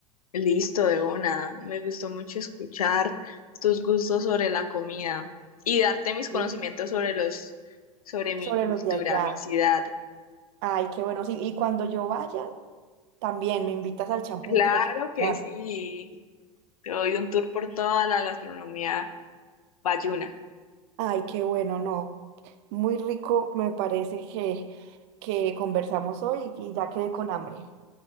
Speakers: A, on the left; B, on the right.
A: Listo, de una. Me gustó mucho escuchar tus gustos sobre la comida y darte mis conocimientos
B: Mm.
A: sobre los, sobre mi
B: Sobre
A: cultura,
B: los de allá.
A: mi ciudad.
B: Ay, qué bueno. Sí, y cuando yo vaya, también me invitas al champú
A: Claro
B: que lo quiero
A: que
B: probar.
A: sí. Te doy un tour por toda la gastronomía bayuna.
B: Ay, qué bueno, no. Muy rico me parece que, que conversamos hoy y ya quedé con hambre.